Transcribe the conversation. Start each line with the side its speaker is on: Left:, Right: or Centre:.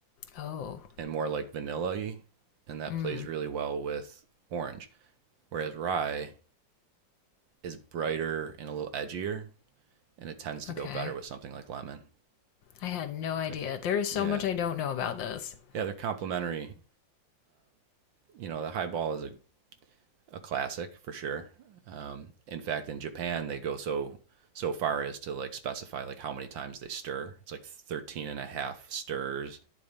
Left: Oh,
Right: and more like vanilla-y, and that
Left: mm,
Right: plays really well with orange. Whereas rye is brighter and a little edgier, and it tends to
Left: okay.
Right: go better with something like lemon.
Left: I had no idea.
Right: They're
Left: There is
Right: yeah,
Left: so much I don't know about this.
Right: yeah, they're complementary you know, the high ball is a, a classic for sure. Um, in fact, in Japan, they go so so far as to like specify like how many times they stir. It's like 13 and a half stirs,